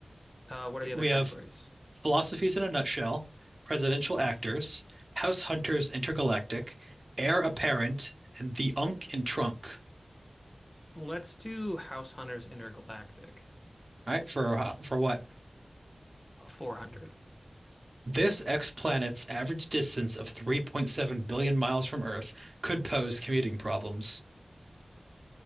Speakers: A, on the left; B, on the right.
A: Uh, what are the
B: We
A: other categories?
B: have philosophies in a nutshell, presidential actors, house hunters intergalactic, heir apparent, and the unk in trunk.
A: Let's do House Hunters Intergalactic
B: All right, for uh, for what?
A: 400.
B: This ex planet's average distance of 3.7 billion miles from Earth could pose commuting problems.